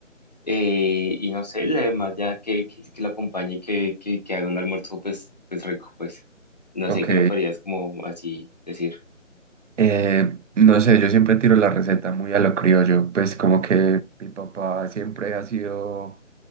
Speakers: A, on the left; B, on the right.
A: Eh, y no sé, además ya que, que, que lo acompañe y que, que, que haga un almuerzo pues, pues rico, pues no
B: Ok.
A: sé qué me podrías como así decir.
B: Eh, no sé, yo siempre tiro la receta muy a lo criollo, pues como que mi papá siempre ha sido